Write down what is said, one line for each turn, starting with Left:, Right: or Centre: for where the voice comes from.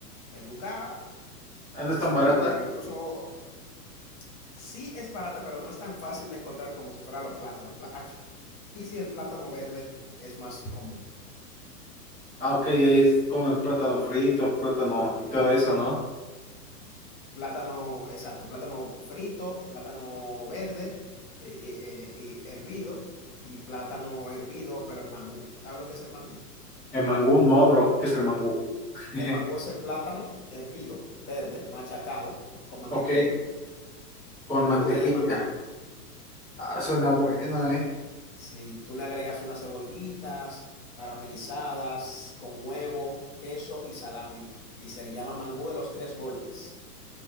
Left: la yuca
Centre: Ah, ¿No es
Left: es
Centre: tan
Left: un
Centre: barata?
Left: privilegio. Incluso sí es barata, pero no es tan fácil de encontrar como si fuera los plátanos. Pla- Aquí sí el plátano verde es más común.
Centre: Ah, ok, ahí es, comen plátano frito, plátano y todo eso, ¿no?
Left: Plátano, exacto, plátano frito, plátano verde eh, eh, eh, y hervido y plátano hervido, pero en mangú. ¿Sabes lo que es el mangú?
Centre: El mangú, no, bro, ¿qué es el mangú? <laughs>
Left: El mangú es el plátano hervido, verde, machacado con mantequilla,
Centre: Ok, con
Left: como
Centre: mantequilla.
Left: un puré de mangú.
Centre: Ah, suena bueno, ¿eh?
Left: Si tú le agregas unas cebollitas caramelizadas con huevo, queso y salami y se le llama mangú de los tres golpes.